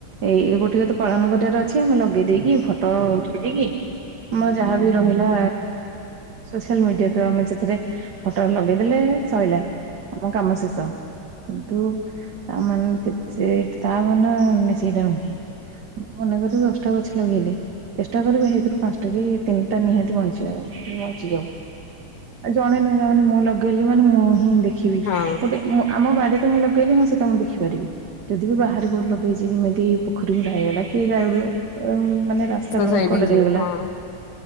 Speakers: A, on the right; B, on the left.
A: ଏଇ ଗୋଟେ କ ତେ ପାଳନ କରିବାର ଅଛି, ଆମେ ଲଗେଇ ଦେଇକି ଫଟୋ ଉଠେଇ ଦେଇକି? ଆମ ଯାହା ବି ରହିଲା, ସୋସିଆଲ ମିଡିଆ ତ, ଆମେ ସେଥିରେ ଫଟରେ ଲଗେଇଦେଲେ ସରିଲା, ଆମ କାମ ଶେଷ। କିନ୍ତୁ ତାମାନେ, ସେ ତାମାନେ ସେଇଟା ନୁହେଁ, ମନେକର, ଦଶଟା ଗଛ ଲଗେଇଲେ, ଚେଷ୍ଟା କର ସେଇଥିରୁ ପାଞ୍ଚା ତାକି ତିନିଟା ନିହାତି ବଞ୍ଚିବ ଆଉ। <inaudible> ଜଣେ ନୁହେଁ, ତା ମାନେ ମୁଁ ଲଗେଇଲି ମାନେ, ମୁଁ ହିଁ ଦେଖିବି
B: ହଁ
A: ଗୋଟେ ଆମ ବାଡିରେ ମୁଁ ଲଗେଇଲିି, ହଁ, ସେଟା ମୁଁ ଦେଖିପାରିବି। ଯଦି ବି ବାହାରେ କୋଉଠି ଲଗେଇଛି, ଯେମିତି ପୋଖରୀ ହୁଡା ହେଇଗଲା କି, <inaudible> ମାନେ ରାସ୍ତା
B: ସାଇଡ
A: କଡରେ
B: ହେଇଯିବ
A: ହେଇଗଲା।
B: ହଁ